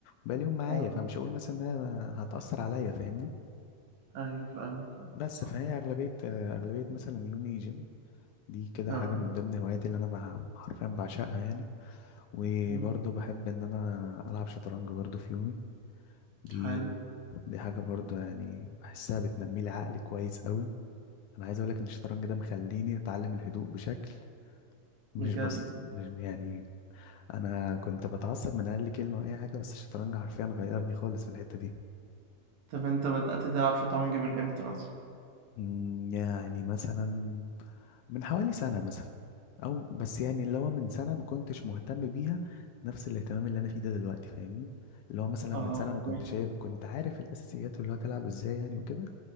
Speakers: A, on the left; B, on the right.
A: وباقي اليوم معايا
B: آه،
A: فمش هقول مثلا انها ما- هتأثر عليا فاهمني
B: أيوه فاهمك، فاهمك
A: بس
B: صح.
A: فهي اغلبية آه، اغلبية مثلا يومي جيم دي كده
B: آه،
A: حاجة من ضمن هواياتي اللي انا بع- حرفيا بعشقها يعني وبرضه
B: أيوه،
A: بحب ان انا العب شطرنج برضه في يومي دي
B: حلو
A: دي حاجة برضو يعني بحسها بتنمي لي عقلي كويس قوي انا عايز اقول لك ان الشطرنج ده مخليني اتعلم الهدوء بشكل مش
B: بجد.
A: بسيط مش يعني انا كنت بتعصب من اقل كلمة او اي حاجة بس الشطرنج حرفيا غيرني خالص في الحتة دي
B: طَب أنت بدأت تلعب شطرنج من إمتى مثلًا؟
A: أمم، يعني مثلا من حوالي سنة مثلا او بس يعني اللي هو من سنة ما كنتش مهتم بيها نفس الاهتمام اللي انا فيه ده دلوقتي فاهمني اللي هو مثلا
B: آه،
A: من سنة
B: أوكي.
A: انا كنت شايف كنت عارف الاساسيات اللي هو تلعب ازاي يعني وكده